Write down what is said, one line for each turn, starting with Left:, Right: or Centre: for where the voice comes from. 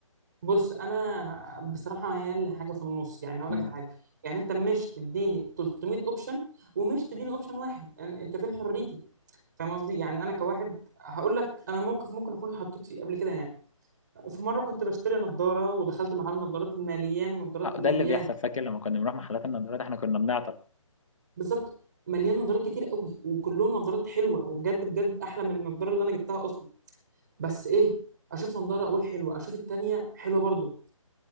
Right: بص انا بصراحه ميال لحاجه في النص يعني هقول
Left: مم.
Right: لك على حاجه يعني انت مش تديني 300 اوبشن ومش تديني اوبشن واحد يعني انت فين حريتي فاهم قصدي يعني انا كواحد هقول لك انا موقف ممكن اكون اتحطيت فيه قبل كده يعني في مره كنت بشتري نظاره ودخلت محل نظارات مليان نظارات
Left: آه،
Right: مليان
Left: ده اللي بيحصل فاكر لما كنا بنروح محلات النظارات احنا كنا بنعطل
Right: بالظبط مليان نظارات كتير قوي وكلهم نظارات حلوه وبجد بجد احلى من النظاره اللي انا جبتها اصلا بس ايه اشوف نظاره اقول حلوه اشوف التانيه حلوه برضو